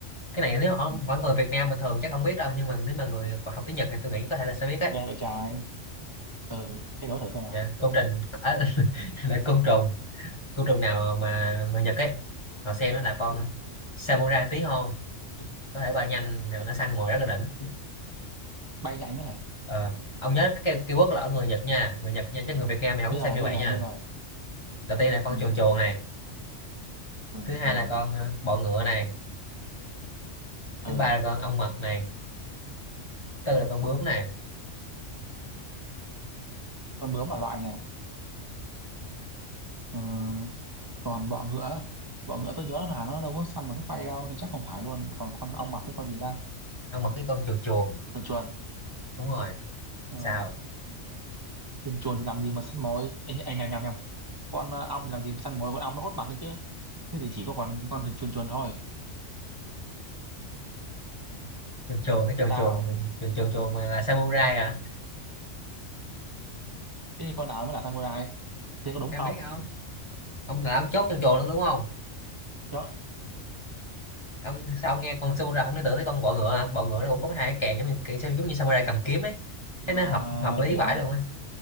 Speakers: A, on the left; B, on the right.
A: cái này nếu ông
B: Ừ.
A: hỏi người Việt Nam bình thường chắc không biết đâu nhưng mà nếu mà người học tiếng Nhật thì tôi nghĩ có thể là sẽ biết đấy
B: Ghê vậy trái. Ừ, thế đố thử xem nào.
A: dạ, côn trùng à, <laughs> là côn trùng côn trùng nào mà người Nhật ấy họ xem nó là con samurai tí hon có thể bay nhanh rồi nó săn mồi rất là đỉnh
B: Bay nhanh ấy hả?
A: Ờ, ông nhớ cái cây keyword là ở người Nhật nha người Nhật nha chứ người Việt Nam thì không
B: Bây
A: có xem
B: giờ,
A: như
B: bây
A: vậy
B: giờ,
A: nha
B: bây giờ.
A: đầu tiên là con
B: Ừ,
A: chuồn chuồn này
B: chuồn
A: thứ hai
B: chuồn.
A: là con ờ, bọ ngựa này
B: Ừ,
A: thứ ba là con ong mật này tư là con bướm này
B: con bướm là loại nhỉ? Ừ, còn bọ ngựa. Bọ ngựa tôi nhớ là nó đâu có săn bằng cách bay đâu, nên chắc không phải luôn. Còn con ong mật với con gì ta?
A: ông mặc cái con chuồn chuồn
B: Chuồn chuồn.
A: đúng rồi
B: Ờ,
A: sao
B: chuồn chuồn thì làm gì mà săn mồi? Ê, nh- ê, nhầm, nhầm, nhầm. Con ờ, ong thì làm gì mà săn mồi, con ong nó hốt mặt đấy chứ. Thế thì chỉ có con con chuồn chuồn thôi.
A: chuồn chuồn cái chuồn
B: Sao?
A: chuồn chuồn chuồn chuồn mà là samurai à
B: Thế thì con nào mới là samurai? Thế có đúng
A: em
B: không?
A: biết không ông là ông chốt chuồn chuồn luôn đúng không
B: Chốt.
A: ông sao ông nghe con samurai không liên tưởng tới con bọ ngựa hả bọ ngựa nó cũng có hai cái càng giống như cái- giống như samurai cầm kiếm ấy
B: Mà
A: thế nó hợp hợp lý
B: kiểu
A: vãi luôn á